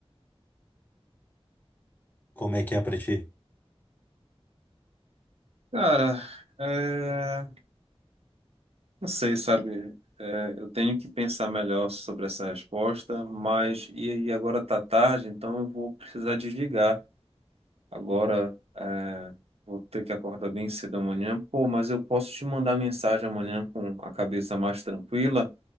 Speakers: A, on the left; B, on the right.
A: Como é que é pra ti?
B: Cara, é, não sei, sabe? É, eu tenho que pensar melhor sobre essa resposta, mas e, e agora tá tarde, então eu vou precisar desligar. Agora é, vou ter que acordar bem cedo amanhã. Pô, mas eu posso te mandar mensagem amanhã com a cabeça mais tranquila?